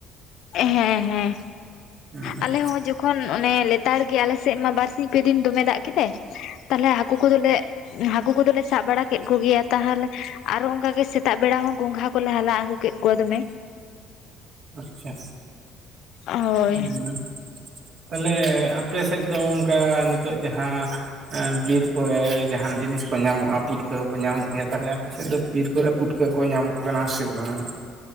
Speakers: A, on the left; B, on the right.
A: ᱦᱮᱸ ᱦᱮᱸ
B: ᱦᱩᱸ
A: ᱟᱞᱮ ᱦᱚᱸ ᱛᱚᱠᱷᱚᱱ ᱚᱱᱮ ᱞᱮᱛᱟᱲ ᱜᱮ ᱟᱞᱮᱥᱮᱫ ᱢᱟ ᱵᱟᱨᱥᱤᱧ ᱯᱮ ᱫᱤᱱ ᱫᱚᱢᱮ ᱫᱟᱜ ᱠᱮᱫᱟᱭ ᱛᱟᱦᱞᱮ ᱦᱟᱹᱠᱩ ᱠᱚᱫᱚᱞᱮ, ᱦᱟᱠᱩ ᱠᱚᱫᱚᱞᱮ ᱥᱟᱵ ᱵᱟᱲᱟ ᱠᱮᱫ ᱠᱚᱜᱮᱭᱟ ᱛᱟᱦᱚᱞᱮ ᱟᱨᱚ ᱚᱱᱠᱟ ᱜᱮ ᱥᱮᱛᱟᱜ ᱵᱮᱲᱟ ᱦᱚᱸ ᱜᱚᱝᱜᱷᱟ ᱠᱚᱞᱮ ᱦᱟᱞᱟᱝ ᱟᱹᱜᱩ ᱠᱮᱫ ᱠᱚᱫ ᱢᱮ
B: ᱟᱪᱪᱷᱟ
A: ᱦᱳᱭ
B: ᱦᱩᱸ ᱛᱟᱦᱚᱞᱮ ᱟᱯᱮ ᱥᱮᱫ ᱫᱚ ᱚᱱᱠᱟ ᱱᱤᱛᱚᱜ ᱡᱟᱦᱟᱸ ᱵᱤᱨ ᱠᱚᱨᱮ ᱡᱟᱦᱟᱱ ᱡᱤᱱᱤᱥ ᱠᱚ ᱧᱟᱢᱚᱜᱼᱟ ᱯᱩᱴ ᱛᱟᱹᱣ ᱠᱚ ᱧᱟᱢᱮᱜ ᱜᱮᱭᱟ, ᱛᱟᱦᱞᱮ ᱟᱯᱮ ᱥᱮᱫ ᱫᱚ ᱵᱤᱨ ᱠᱚᱨᱮ ᱯᱩᱴᱠᱟᱹ ᱠᱚ ᱧᱟᱢᱚᱜ ᱠᱟᱱᱟ ᱥᱮ ᱵᱟᱝ?